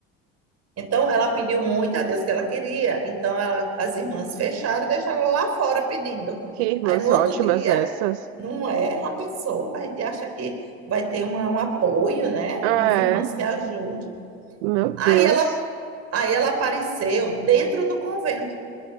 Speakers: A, on the right (about 50°); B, on the right (about 80°).
A: Então ela pediu muito a Deus que ela queria. Então ela- as irmãs fecharam e deixaram ela lá fora pedindo.
B: Que irmãs
A: Aí no outro
B: ótimas
A: dia
B: essas.
A: Não é? Já pensou? A gente acha que vai ter uma- um apoio, né?
B: É,
A: Umas irmãs que ajudem.
B: meu
A: Aí
B: Deus.
A: ela, aí ela apareceu dentro do convento.